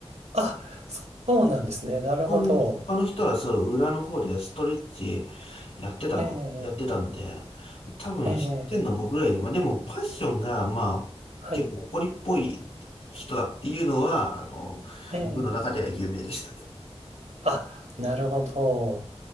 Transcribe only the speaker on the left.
他の、他の人はそう、裏の方でストレッチやってたの、
やってたんで、多分知ってんの僕ぐらいで、
まあでもパッションが、まあ、
結構怒りっぽい人だっていうのは、あの、
部の中では有名でしたね。